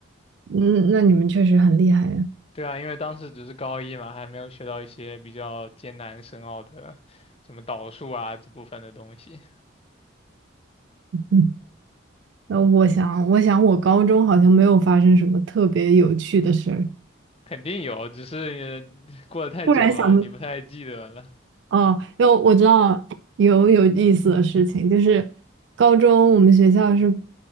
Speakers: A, on the right (about 65°); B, on the left (about 30°).
A: 嗯，那你们确实很厉害呀。
B: 对啊，因为当时只是高一嘛，还没有学到一些比较艰难深奥的什么导数啊这部分的东西。
A: 嗯，那我想，我想我高中好像没有发生什么特别有趣的事儿。
B: 肯定有，只是你过得太久了，
A: 突然想
B: 你不太记得了。
A: 哦，有我知道有有意思的事情，就是高中我们学校是